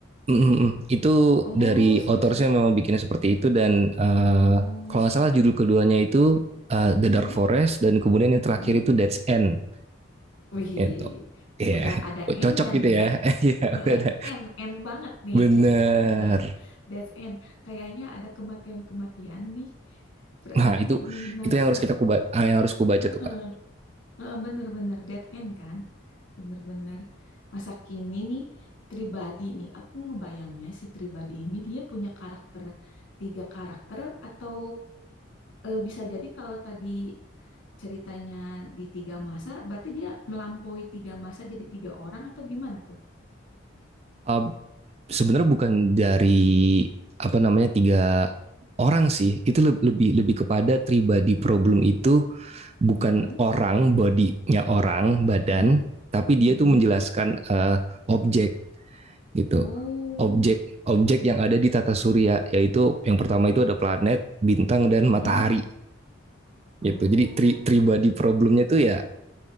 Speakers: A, on the right (about 30°); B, on the left (about 65°).
A: Mhm mhm. Itu
B: Oh,
A: dari author-nya
B: seru-seru.
A: memang bikinnya seperti itu dan, eee,
B: Oh.
A: kalau nggak salah judul keduanya itu, eee,
B: Mm-mm.
A: The Dark Forest dan kemudian yang terakhir
B: mm
A: itu Death's End.
B: Wih,
A: Itu. Iya,
B: udah ada N-nya
A: cocok gitu
B: nih
A: ya.
B: ya.
A: <laughs> Iya,
B: Heeh,
A: udah ada.
B: end end banget nih,
A: Bener.
B: cocok banget. That's end. Kayaknya ada kematian-kematian nih. Berarti
A: Nah, itu
B: di masa
A: itu yang harus kita kuba ah, yang harus kubaca
B: heeh,
A: tuh, Kak.
B: heeh, bener-bener dead end kan? Bener-bener masa kini nih Tribadi nih. Aku ngebayangnya si Tribadi ini dia punya karakter tiga karakter atau eh, bisa jadi kalau tadi ceritanya di tiga masa, berarti dia melampaui tiga masa jadi tiga orang atau gimana tuh?
A: Eh, sebenarnya bukan dari apa namanya tiga orang sih. Itu le- lebih lebih kepada tribadi problem itu bukan
B: Heeh,
A: orang, bodinya orang, badan,
B: heeh,
A: tapi dia
B: heeh.
A: tuh menjelaskan eh, objek gitu.
B: Oh,
A: Objek objek yang ada di tata surya yaitu yang pertama itu ada planet, bintang dan
B: mm
A: matahari
B: Oh,
A: gitu jadi tri tribadi problemnya tuh ya